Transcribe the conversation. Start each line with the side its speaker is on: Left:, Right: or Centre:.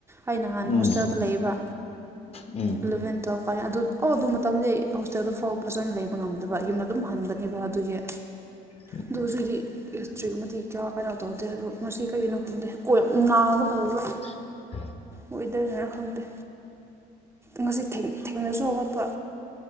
Right: ꯑꯩ ꯅꯍꯥꯟ
Left: ꯎꯝ
Right: ꯍꯣꯁꯇꯦꯜꯗ ꯂꯩꯌꯦꯕ
Left: ꯎꯝ
Right: ꯏꯂꯕꯦꯟ ꯇꯨꯋꯦꯜꯞ ꯀꯥꯏꯅꯤ ꯑꯗꯨ ꯑꯣ ꯑꯗꯨ ꯃꯇꯝꯗꯤ ꯑꯩ ꯍꯣꯁꯇꯦꯜꯗꯨ ꯐꯥꯎ ꯐꯖꯅ ꯂꯩꯕ ꯉꯝꯗꯕ ꯌꯨꯝ ꯑꯗꯨꯝ ꯍꯟꯕꯅꯦꯕ ꯑꯗꯨꯒꯤ
Left: ꯍ
Right: ꯑꯗꯨꯗꯨꯗꯤ ꯄꯦꯁꯇ꯭ꯔꯤꯛ ꯑꯃꯗꯤ ꯀꯌꯥ ꯀꯩꯅꯣ ꯇꯧꯗꯦ ꯃꯁꯤ ꯀꯩꯒꯤꯅꯣ ꯈꯪꯗꯦꯣꯏ ꯅꯥꯒꯗꯧꯔ
Left: <inaudible>
Right: ꯋꯦꯗꯔꯅꯔ ꯈꯪꯗꯦ ꯉꯁꯤ ꯊ°ꯡ ꯊꯦꯡꯅꯁꯨ ꯍꯧꯒꯠꯄ